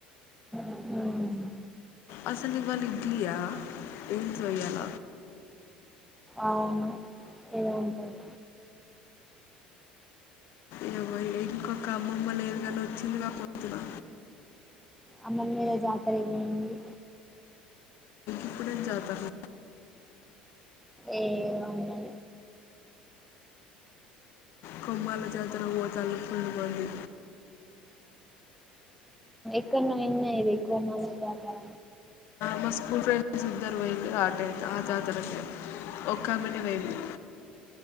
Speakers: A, in the centre; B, on the left.
A: ఉమ్.
B: అసలు ఇవాళ ఇడ్లీయా ఏంట్రా ఇవాళ?
A: అవును ఇలా ఉంటది.
B: ఏమోయ ఇంకొక అమ్మమ్మ లేదు కాని వచ్చిందిగా పోతున్నా.
A: అమ్మని మీద జాతర ఏమంది.
B: ఇప్పుడే జతార.
A: ఏమో.
B: కొమ్మాల జాతర పోతలు ఫుల్ మంది.
A: ఎక్కనొవిన్న ఇది కోమాల జాతర.
B: మా స్కూల్ ఫ్రెండ్స్ ఇద్దరు పొయ్యిలు గా అటే. ఆ జాతర కే ఒకమెనె పోయింది.